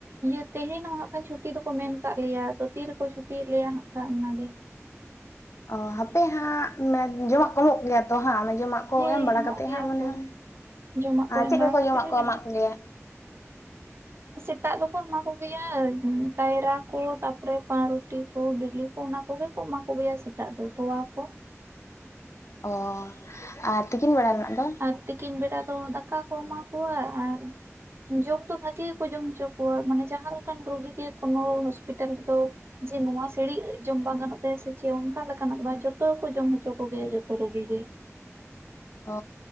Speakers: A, on the right; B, on the left.
A: ᱤᱭᱟᱹ ᱛᱮᱦᱮᱧ ᱦᱚᱸ ᱱᱟᱸᱜ ᱠᱷᱟᱱ ᱪᱷᱩᱴᱤ ᱫᱚᱠᱚ ᱢᱮᱱ ᱠᱟᱫ ᱞᱮᱭᱟ ᱟᱫᱚ ᱛᱤᱨᱮᱠᱚ ᱪᱷᱩᱴᱤᱭᱮᱫ ᱞᱮᱭᱟ ᱦᱟᱸᱜ ᱠᱷᱟᱱ ᱚᱱᱟᱜᱮ
B: ᱚ ᱦᱟᱯᱚᱭ ᱦᱟᱸᱜ ᱡᱚᱢᱟᱜ ᱮᱢᱚᱜ ᱜᱮᱭᱟ ᱛᱚ ᱦᱟᱸᱜ ᱚᱱᱟ ᱡᱚᱢᱟᱜ
A: ᱦᱮᱸ
B: ᱮᱢ ᱵᱟᱲᱟ
A: ᱮᱢᱚᱜ
B: ᱠᱟᱛᱮᱫ
A: ᱜᱮᱭᱟ
B: ᱦᱟᱸᱜ ᱢᱚᱱᱮ
A: ᱠᱚ
B: ᱦᱭ
A: ᱡᱚᱢᱟᱜ ᱠᱚ
B: ᱟᱨ
A: ᱮᱢ
B: ᱪᱮᱫ
A: ᱵᱟᱲᱟ
B: ᱠᱚᱠᱚ
A: ᱠᱟᱛᱮ
B: ᱡᱚᱢᱟᱜ
A: ᱜᱮ
B: ᱠᱚ
A: ᱡᱟᱹᱱᱤᱡ
B: ᱮᱢᱟᱜ ᱠᱚ ᱯᱮᱭᱟ
A: ᱥᱮᱛᱟᱜ ᱫᱚᱠᱚ ᱮᱢᱟ ᱠᱚ ᱜᱮᱭᱟ ᱠᱟᱭᱨᱟ ᱠᱚ ᱛᱟᱯᱚᱨᱮ ᱯᱟᱣᱨᱩᱴᱤ ᱵᱤᱞᱤ ᱠᱚ ᱚᱱᱟ ᱠᱚᱜᱮ ᱠᱚ ᱮᱢᱟ ᱠᱚᱜᱮᱭᱟ ᱥᱮᱛᱟᱜ ᱫᱚ ᱛᱚᱣᱟ ᱠᱚ
B: ᱚ ᱟᱨ ᱛᱤᱠᱤᱱ ᱵᱮᱲᱟ ᱨᱮᱱᱟᱜ ᱫᱚ
A: ᱟᱨ ᱛᱤᱠᱤᱱ ᱵᱮᱲᱟ ᱫᱚ ᱫᱟᱠᱟ ᱠᱚ ᱮᱢᱟ ᱠᱚᱣᱟ ᱟᱨ ᱡᱚᱢ ᱫᱚ ᱵᱷᱟᱜᱤ ᱜᱮᱠᱚ ᱡᱚᱢ ᱦᱚᱪᱚ ᱠᱚᱣᱟ ᱢᱟᱱᱮ ᱡᱟᱦᱟᱸ ᱞᱮᱠᱟᱱ ᱨᱩᱜᱤ ᱜᱮ ᱠᱳᱚᱱᱚ ᱦᱚᱥᱯᱤᱴᱟᱞ ᱨᱮᱫᱚ ᱡᱮ ᱱᱚᱣᱟ ᱥᱟᱹᱲᱤᱡ ᱡᱚᱢ ᱵᱟᱝ ᱜᱟᱱᱚᱜ ᱛᱟᱭᱟ ᱥᱮ ᱪᱮᱫ ᱚᱱᱠᱟ ᱚᱱᱠᱟᱱᱼᱟᱜ ᱫᱚ ᱵᱟᱝ ᱡᱚᱛᱚ ᱜᱮᱠᱚ ᱡᱚᱢ ᱦᱚᱪᱚ ᱠᱚᱜᱮᱭᱟ ᱡᱚᱛᱚ ᱨᱩᱜᱤ ᱜᱮ
B: ᱚ